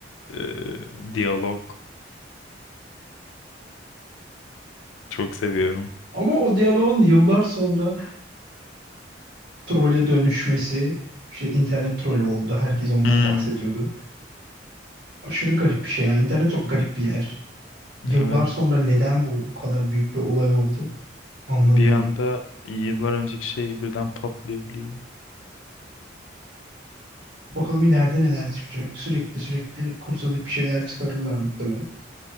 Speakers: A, on the left; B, on the right.
A: e, diyalog. Çok seviyorum.
B: Ama o diyaloğun yıllar sonra trole dönüşmesi işte internet trolü oldu. Herkes ondan
A: Hmm,
B: bahsediyordu. Aşırı garip bir şey ya. İnternet çok garip bir yer. Yıllar
A: evet.
B: sonra neden bu kadar büyük bir olay oldu anlamıyorum.
A: Bir anda yıllar önceki şey birden patlayabiliyor.
B: Bakalım ileride neler çıkacak. Sürekli sürekli kurcalayıp bir şeyler çıkarırlar muhtemelen.